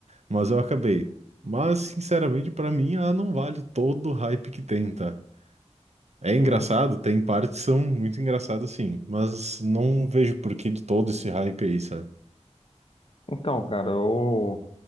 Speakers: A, on the right; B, on the left.
A: Mas eu acabei. Mas, sinceramente, pra mim, ela não vale todo o hype que tem, tá? É engraçado,
B: Sim.
A: tem partes que são muito engraçadas, sim. Mas não vejo porquê de todo esse hype aí, sabe?
B: Então, cara, eu